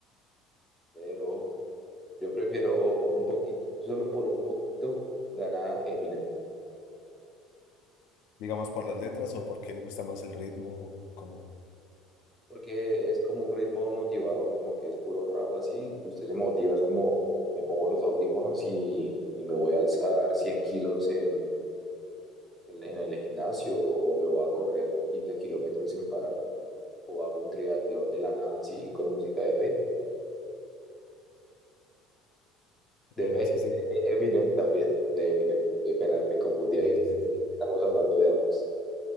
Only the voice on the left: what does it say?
Digamos por las letras o por qué le gusta más el ritmo, como,
bueno,
eso sí.
Ah, yo
sí. sí,